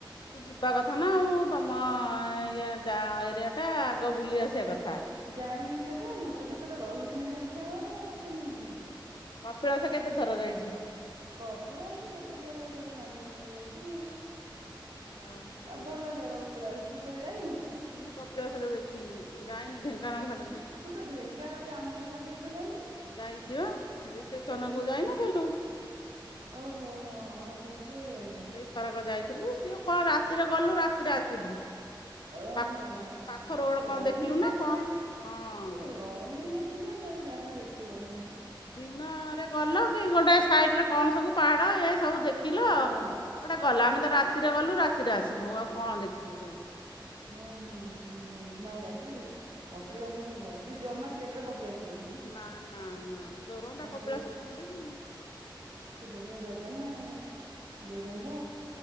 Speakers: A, on the left (about 65°); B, on the right (about 70°).
A: ତୁ ଯିବା କଥା ନା ଆଉ ତମ ଇଏ ଯା ଏରିଆ ଟା ଆଗ ବୁଲି ଆସିବା
B: ହଁ
A: କଥା।
B: ଯାଇନି କେବେ ମୁଁ ତ କେତେବେଳେ ରହିଲିନି ଢେଙ୍କାନାଳରେ ଆଉ କେମିତି ଯିବି।
A: କପିଳାସ କେତେ ଥର ଯାଇଛୁ।
B: କପିଳାସ କେତେ ଥର ଚାରି ପାଞ୍ଚ ଥର ଯାଇଛୁ।
A: ଓହୋ।
B: ଆଉ ଭଲ ଜାଗା କପିଳାସ ତୁ କେବେ ଯାଇନୁ?
A: ମୁଁ କପିଳାସ କେବେ ଦେଖିନି ଯାଇନି ଢେଙ୍କାନାଳ ସେ
B: ତୁ ତୁ ତ ଢେଙ୍କାନାଳ ବି ଆ ମୋ ଶାଶୁୁଘରୁ ତ ଯାଇନୁ।
A: ଯାଇଛିିବା ରିସେପସନ
B: ଏଇ
A: କୁ
B: ଯୋଉ
A: ଯାଇନଥିଲୁ।
B: ଓହୋ ହୋ ହଁ ସେତେବେଳେ ଯାଇ
A: ସେଇ ଥରକ ଯାଇଥିଲୁ, ସିଏ କଣ ରାତିରେ ଗଲୁ ରାତିରେ ଆସିଲୁ।
B: ଓହୋ
A: ପା ପାଖ ରୋଡ
B: ରହିଲେ
A: କଣ ଦେଖିଲୁ ନା
B: ସିନା
A: କଣ ହଁ।
B: ସେ ରହିଲେ ସିନା ଯଉ ଜାଗା ଦେଖିବ ଆଉ।
A: ଦିନରେ ଗଲ କି ଗୋଟେ ସାଇଡରେ କଣ ସବୁ ପାହାଡ ଏ ସବୁ ଦେଖିଲ
B: ହଁ
A: ଗୋଟେ ଗଲ, ଆମେ ତ ରାତିରେ ଗଲୁ ରାତିରେ ଆସିଲୁ ଆଉ କଣ ଦେଖିଲୁ ଜାଣିଲୁ।
B: ହୁଁ ହଁ ଠିକ କହିଲୁ ନାଇଁ ବା ସେ କପିଳାସଟା ବଳେଇ ତୁ ଜମା କେବେ କବିଳାସ ଦେ
A: ନା ନା ନା ଜୋରନ୍ଦା କପିଳାସ
B: ସେ
A: କଣ ମୁଁ ଦେଖିଚି।
B: ସେ ବଢିଆ ଜାଗା ନା ଜୋରନ୍ଦା।